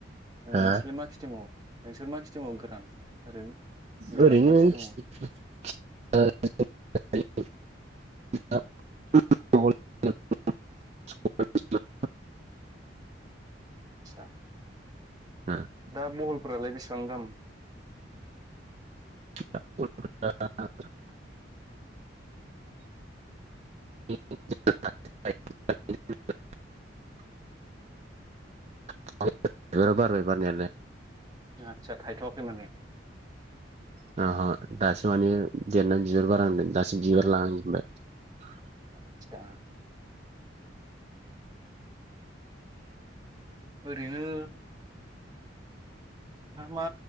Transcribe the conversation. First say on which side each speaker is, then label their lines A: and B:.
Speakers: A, on the right; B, on the right.
A: हा
B: नोंसोरलाय मा खेथि मावो नोंसोर मा खिथि मावो गोरान ओरैनो गोरान
A: ओरैनो
B: मा
A: <unintelligible>
B: खेथि मावो
A: <unintelligible>
B: आतसा
A: बिबारा
B: दा बहलफोरालाय बेसेबां दाम?
A: <unintelligible> <unintelligible> <unintelligible> बारबाय बिबारा बारनायालाय
B: आतसा थाय थवाखै माने
A: ह ह दासो माने देरनानै बिबार बारहांदों दासो बिबार लांहांजोबबाय ।
B: आतसा ओरैनो नोंहा मा